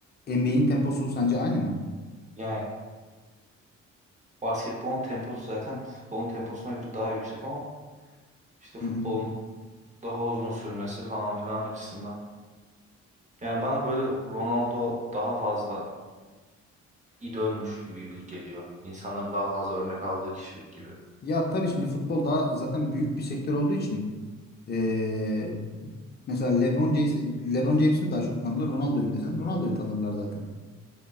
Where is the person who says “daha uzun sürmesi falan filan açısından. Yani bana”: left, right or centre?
Right